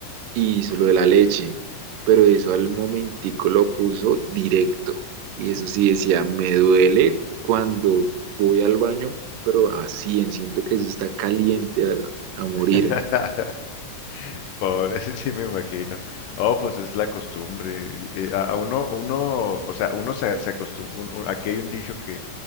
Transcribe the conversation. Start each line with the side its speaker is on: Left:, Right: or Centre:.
Right: y hizo lo de la leche, pero eso al momentico lo puso directo, y eso sí decía, me duele cuando voy al baño, pero así, en siento que eso está caliente a, a morir.
Left: <laughs> Pobre, <laughs> sí me imagino. Oh, pues es la costumbre. y, eh, a, a uno, uno, o sea, uno se, se acostumbra. aquí hay un dicho que,